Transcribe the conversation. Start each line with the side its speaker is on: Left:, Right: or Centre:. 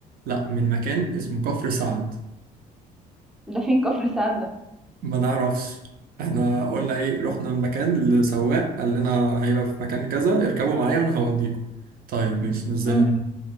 Right: لا من مكان اسمه كفر سعد
Centre: ده فين كفر سعد ده
Right: ما نعرفش احنا قلنا ايه رحنا المكان لسواق قال لنا هيبقى في مكان كذا اركبوا معايا وانا هوديكم طيب ماشي نزلنا
Centre: امم